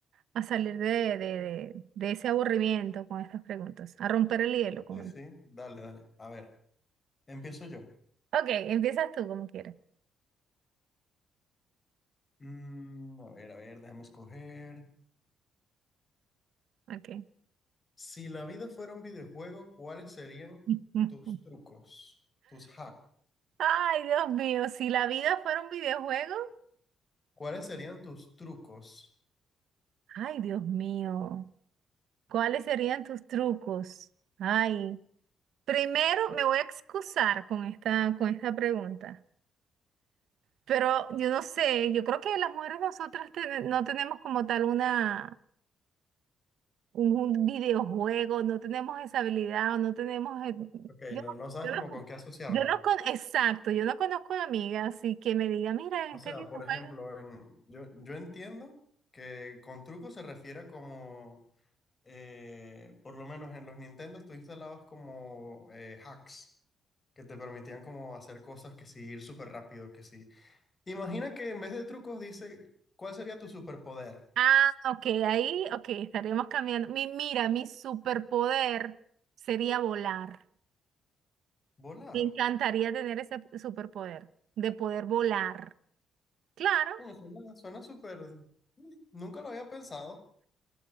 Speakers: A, on the right (about 75°); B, on the left (about 30°).
A: a salir de, de, de, de ese aburrimiento con estas preguntas, a romper el hielo
B: Sí,
A: con él.
B: sí, dale, dale. A ver, empiezo yo.
A: Ok, empiezas tú como quieras.
B: Mm, a ver, a ver, déjame escoger.
A: Ok.
B: Si la vida fuera un videojuego, ¿cuáles serían
A: <laughs>
B: tus trucos? Tus hacks.
A: Ay, Dios mío, si la vida fuera un videojuego,
B: ¿Cuáles serían tus trucos?
A: ay, Dios mío. ¿Cuáles serían tus trucos? Ay, primero me voy a excusar con esta, con esta pregunta, pero yo no sé, yo creo que las mujeres nosotras ten- no tenemos como tal una, un, un videojuego, no tenemos esa habilidad o no tenemos... eh,
B: Ok,
A: Yo,
B: no, no sabes
A: yo
B: como
A: no, con-
B: con qué asociarlo.
A: yo no con, exacto, yo no conozco a amiga así que me diga, mira, en
B: O
A: este
B: sea,
A: videojuego...
B: por ejemplo, en- yo, yo entiendo que con truco se refiere como, eh, por lo menos en los Nintendos, tú instalabas como eh, hacks que te permitían como hacer cosas que sí, ir súper rápido, que sí. Imagina que en vez de trucos dice, ¿cuál sería tu superpoder?
A: Ah, ok, ahí, ok, estaremos cambiando. Mi, mira, mi superpoder sería volar.
B: Volar.
A: Me encantaría tener ese superpoder de poder volar. Claro,
B: Coño, suena, suena súper... sí, Nunca lo había pensado.